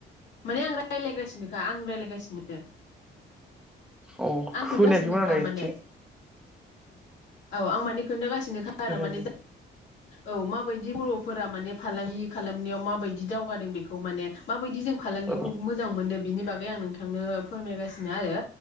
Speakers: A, on the left; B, in the centre.
A: माने आं रायलायगासिनोखा आं रायलायगासिनो
B: औ
A: आं
B: खोनायाखिमोन
A: खोन्थागासिनोखा
B: आं दायो
A: माने
B: एसे
A: औ आं मानि खोन्थागासिनोखा
B: खोनायाखैमोन
A: आरो माने औ माबायदि बर'फोरा माने फालांगि खालामनायाव माबायदि दावगादों बेखौ माने माबायदि जों फालांगिखौ
B: औ
A: मोजां मोनो बिनि बागै आं नोंथांनो फोरमायगासिनो आरो।